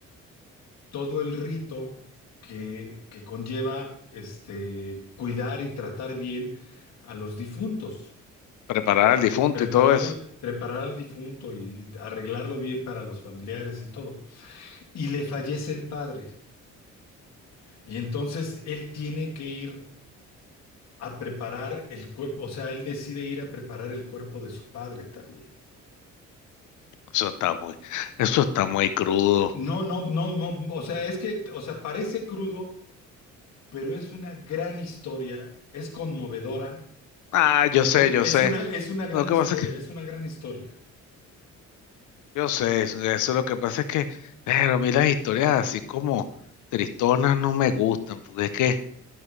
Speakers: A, on the left; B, on the left.
A: todo el rito que, que conlleva este, cuidar y tratar bien a los difuntos.
B: Preparar al difunto
A: Preparar,
B: y todo eso.
A: preparar al difunto y arreglarlo bien para los familiares y todo. Y le fallece el padre. Y entonces él tiene que ir a preparar el cuerpo, o sea, él decide ir a preparar el cuerpo de su padre también.
B: Eso está muy, eso está muy crudo.
A: No, no, no, no, o sea, es que, o sea, parece crudo, pero es una gran historia, es conmovedora,
B: Ah, yo
A: es,
B: sé, yo
A: es
B: sé.
A: una, es una gran
B: Lo que
A: historia,
B: pasa es que,
A: es una gran historia.
B: yo sé, eso es lo que pasa es que, pero a mí las historias así como tristonas no me gustan, porque es que